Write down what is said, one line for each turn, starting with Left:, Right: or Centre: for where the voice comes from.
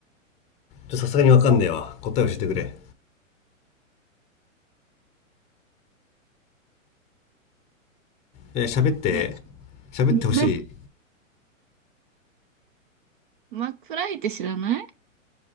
Left: ちょさすがに分かんねえわ答え教えてくれえー喋って
Right: はい。
Left: 喋ってほしい
Right: <laughs> マックフライって知らない